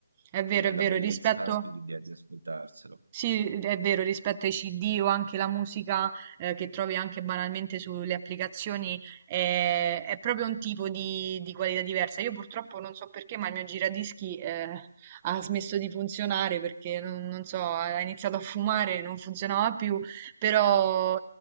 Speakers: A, on the right; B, on the right.
A: è vero,
B: È
A: è
B: la
A: vero,
B: bellezza
A: rispetto,
B: anche di di ascoltarselo.
A: sì, è vero, rispetto ai CD o anche la musica eh, che trovi anche banalmente sulle applicazioni, eh, è proprio un tipo di, di qualità diversa. Io purtroppo non so perché, ma il mio giradischi eh, ha smesso di funzionare perché non, non so, ha iniziato a fumare, non funzionava più, però